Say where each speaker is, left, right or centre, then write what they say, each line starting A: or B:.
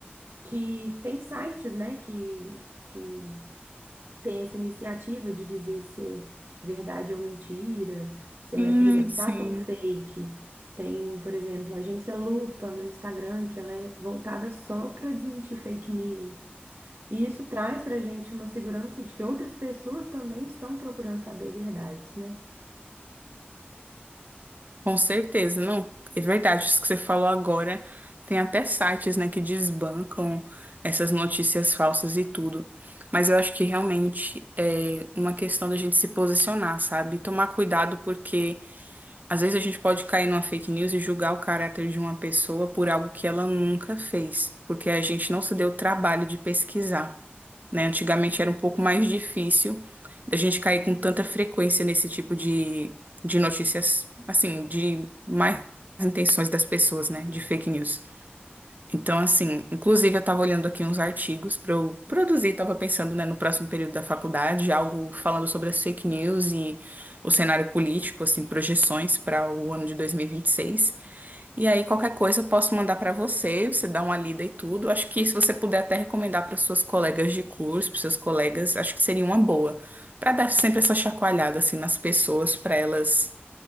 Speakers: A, on the right (about 75°); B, on the right (about 45°).
A: que tem sites, né, que, que tem essa iniciativa de dizer se é verdade ou mentira, se
B: Sim,
A: é, por exemplo,
B: sim.
A: fato ou fake. Tem, por exemplo, a agência Lupa no Instagram, que ela é voltada só para desmentir fake news. E isso traz para a gente uma segurança de que outras pessoas também estão procurando saber verdades, né?
B: Com certeza, não. É verdade, isso que você falou agora. Tem até sites, né, que desbancam essas notícias falsas e tudo. Mas eu acho que realmente é uma questão da gente se posicionar, sabe? Tomar cuidado porque Às vezes a gente pode cair numa fake news e julgar o caráter de uma pessoa por algo que ela nunca fez, porque a gente não se deu o trabalho de pesquisar, né? Antigamente era um pouco mais difícil da gente cair com tanta frequência nesse tipo de, de notícias, assim, de mais intenções das pessoas, né? De fake news. Então, assim, inclusive eu estava olhando aqui uns artigos para eu produzir, estava pensando, né, no próximo período da faculdade, algo falando sobre as fake news e o cenário político, assim, projeções para o ano de 2026. E vinte e seis. E aí, qualquer coisa eu posso mandar para você, você dá uma lida e tudo. Acho que se você puder até recomendar para suas colegas de curso, para seus colegas, acho que seria uma boa, para dar sempre essa chacoalhada, assim, nas pessoas, para elas